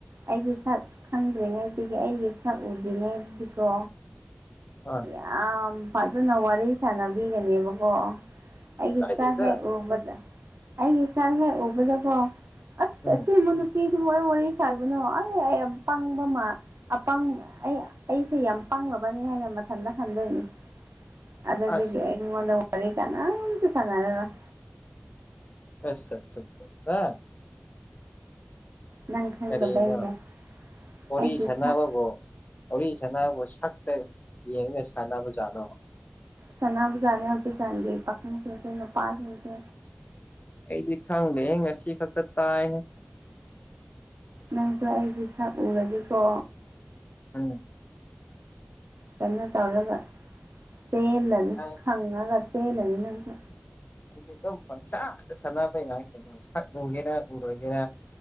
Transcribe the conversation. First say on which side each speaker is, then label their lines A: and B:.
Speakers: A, on the right; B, on the left.
A: ꯑꯩꯒꯤ ꯁꯛ ꯈꯪꯗ꯭ꯔꯤꯉꯩꯗꯒꯤ ꯑꯩꯒꯤ ꯁꯛ ꯎꯗ꯭ꯔꯤꯉꯩꯗꯤꯀꯣ
B: ꯍꯣꯏ
A: ꯌꯥꯝ ꯐꯖꯅ ꯋꯥꯔꯤ ꯁꯥꯟꯅꯕꯤꯒꯅꯦꯕꯀꯣ ꯑꯩꯒꯤ
B: ꯀꯥꯏꯗꯦꯗ
A: ꯁꯛ ꯍꯦ ꯎꯕꯗ ꯑꯩꯒꯤ ꯁꯛ ꯍꯦꯛ ꯎꯕꯗꯀꯣ ꯑꯁ
B: ꯎꯝ
A: ꯑꯁꯤꯕꯨ ꯅꯨꯄꯤ ꯃꯣꯏ ꯋꯥꯔꯤ ꯁꯥꯕꯅꯣ ꯑꯩ ꯌꯥꯝ ꯄꯥꯡꯕ ꯃꯥꯜ ꯑꯄꯪꯕ ꯑꯩ ꯑꯩꯁꯦ ꯌꯥꯝ ꯄꯥꯡ ꯕꯅꯤ ꯍꯥꯏꯅ ꯃꯊꯟꯇ ꯈꯟꯗꯣꯏꯅꯤ ꯑꯗꯨꯗꯨꯒꯤ
B: ꯑꯁ
A: ꯑꯩ ꯃꯤꯉꯣꯟꯗ ꯋꯥꯔꯤ ꯀꯥꯅꯥꯝꯇ ꯁꯥꯅꯔꯔꯣꯢ
B: ꯑꯁ ꯆ ꯆ ꯆꯠꯄ
A: ꯅꯪ ꯈꯪꯗꯕꯩꯅꯦ
B: ꯀꯔꯤꯅꯣ ꯋꯥꯔꯤ
A: ꯑꯩꯒꯤ
B: ꯁꯥꯅꯕꯕꯨ
A: ꯁꯛ
B: ꯑꯣꯔꯤꯁ ꯁꯥꯅꯕꯕꯨ ꯁꯛꯇ ꯌꯦꯡꯉꯒ ꯁꯥꯅꯕ ꯖꯥꯠꯂꯣ
A: ꯁꯥꯅꯕꯖꯥꯠꯅꯦ ꯍꯧꯖꯤꯛꯀꯥꯟꯒꯤ ꯄꯥꯈꯪꯁꯤꯡꯁꯦ ꯅꯨꯄꯥꯁꯤꯡꯁꯦ
B: ꯑꯩꯗꯤ ꯈꯪꯗꯦ ꯉꯁꯤ ꯈꯛꯇ ꯇꯥꯏ ꯍꯦ
A: ꯅꯪꯁꯨ ꯑꯩꯒꯤ ꯁꯛ ꯎꯔꯗꯤꯀꯣ
B: ꯎꯝ
A: ꯀꯩꯅꯣ ꯇꯧꯔꯒ ꯆꯦꯜꯂꯅꯤ
B: ꯑꯁ
A: ꯈꯪꯉꯒ ꯆꯦꯜꯂꯅꯤ ꯅꯪꯁꯨ
B: ꯑꯩꯗꯤ ꯑꯗꯨꯝ ꯄꯪꯁꯥꯗ ꯁꯥꯟꯅꯕ ꯌꯥꯏ ꯀꯩꯅꯣ ꯁꯛ ꯎꯒꯦꯔꯥ ꯎꯔꯣꯏꯒꯦꯔꯥ